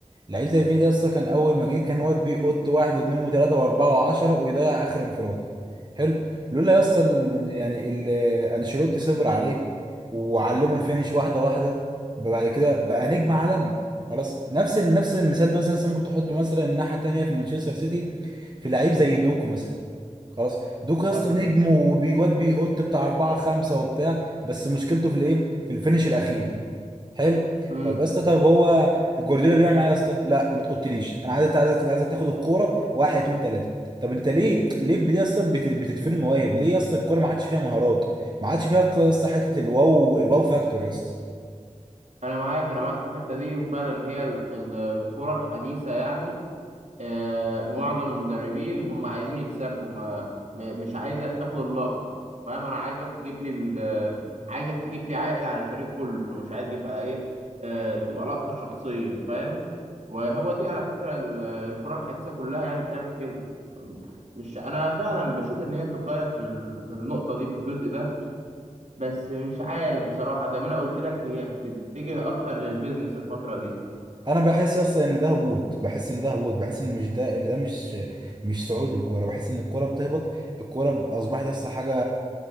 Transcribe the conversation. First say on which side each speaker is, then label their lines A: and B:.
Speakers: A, on the right; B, on the right.
A: لعيب زي فيني ده اصلا كان اول ما جه كان واد بيقط واحد واثنين وثلاثه واربعه وعشره ويضيع اخر انفراد حلو لولا يا اسطى ال- يعني ال- انشيلوتي صبر عليه وعلمه الفينش واحده واحده بعد كده بقى نجم عالمي خلاص نفس ال- نفس المثال ده مثلا لسه ممكن تحطه مثلا الناحيه التانيه في مانشستر سيتي في لعيب زي دوكو مثلا خلاص دوك يا اسطى
B: مثلا،
A: نجم وبيواد بيقط بتاع أربعة خمسة وبتاع بس مشكلته في الإيه؟ في الفينش الأخير حلو
B: امم
A: طيب يا اسطى طب هو جوارديولا بيعمل إيه يا اسطى؟ لا ما تقوليش أنا عايزك عايزك عايزك تاخد الكورة واحد اتنين تلاتة طب أنت ليه ليه بت- يا اسطى بت- بتدفن المواهب؟ ليه يا اسطى الكورة ما عادش فيها مهارات؟ ما عادش فيها يا اسطى حتة الواو الواو فاكتور يا اسطى
B: انا معاك انا معاك في الحته دي وفعلا هي ال- ال- الكرة الحديثه يعني آه، معظم المدربين هم عايزين يكسبوا ما م- مش عايزك تاخد اللقطة فاهم انا عايزك تجيب لي ال- عايزك تجيب لي عائد على الفريق كله مش عايز يبقى ايه آه، تبقى لقطة شخصية فاهم وهو دي على فكرة ال- الكرة الحديثة كلها يعني بتعمل كده مش انا فعلا بشوف ان هي بتتغير في ال- في النقطة دي في الجزء ده بس مش عارف بصراحة زي ما انا قلت لك هي بتتجه اكتر للبيزنس الفترة دي
A: انا بحس يس ان ده هبوط بحس ان ده هبوط بحس ان مش ده ان ده مش مش صعود للكوره بحس ان الكوره بتهبط الكوره اصبحت يس حاجه